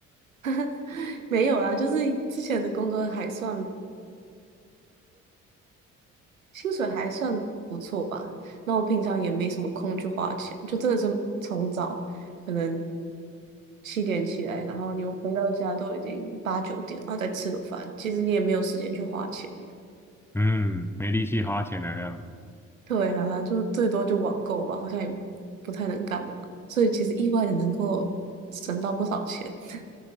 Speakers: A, on the right (about 80°); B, in the centre.
A: <laughs> <sighs> 没有啊，就是之前的工作还算薪水还算不错吧。那我平常也没什么空去花钱，就真的是从早可能七点起来，然后你回到家都已经八九点，然后再吃个饭，其实你也没有时间去花钱。
B: 嗯，没力气花钱的样子，
A: 对啊，就最多就网购吧，好像也不太能干嘛。所以其实意外的能够省到不少钱。<laughs>